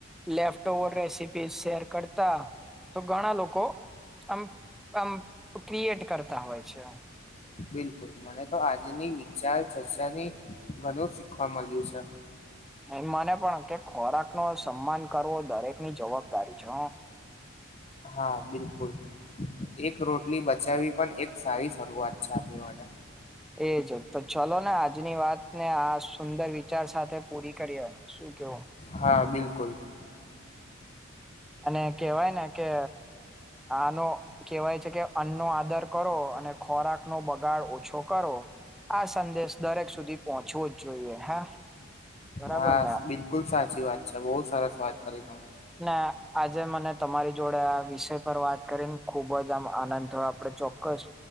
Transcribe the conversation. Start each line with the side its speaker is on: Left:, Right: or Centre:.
Centre: લેફ રેસીપી શેર કર તો ઘણા લોકો આમ આમ ક્રિએટ કરતા હોય છે
Left: બિલકુલ મને તો આજની વિચાર ચર્ચાની ઘણું શીખવા મળ્યું છે
Centre: એ મને પણ કે ખોરાક નો સન્માન કરવો દરેકની જવાબદારી છે
Left: હા બિલકુલ એક રોટલી બચાવી પણ એક સારી શરૂઆત છે આપણી માટે
Centre: એજ તો ચલો ને આજની વાતને આ સુંદર વિચાર સાથે પૂરી કરી હો શું કહેવો
Left: હા બિલકુલ
Centre: અને કેહેવાય ને કે આનો કહેવાય છે કે અન્નનો આદર કરો અને ખોરાક નો બગાડ ઓછો કરો આ સંદેશ દરેક સુધી પહોંચવો જ જોઈએ હા બરાબર
Left: હા
Centre: ને
Left: બિલકુલ સાચી વાત છે બહુ સરસ વાત કરી તમે
Centre: ને આજે મને તમારી જોડે આ વિષય પર વાત કરીને ખુબ જ આમ આનંદ આપ આપણે ચોક્કસ